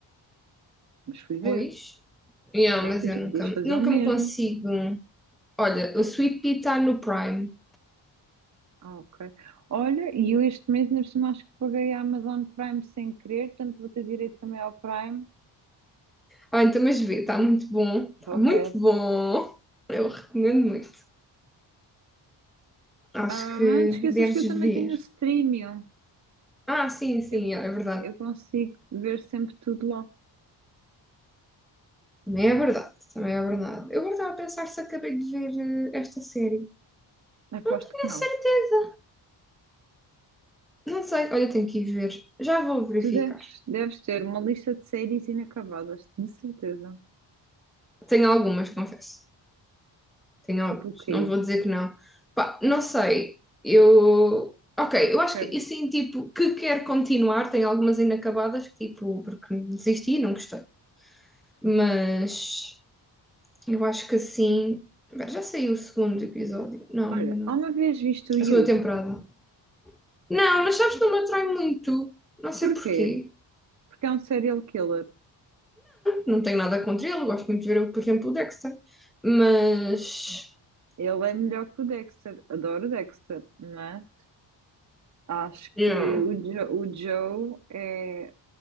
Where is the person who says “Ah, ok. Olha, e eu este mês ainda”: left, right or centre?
Right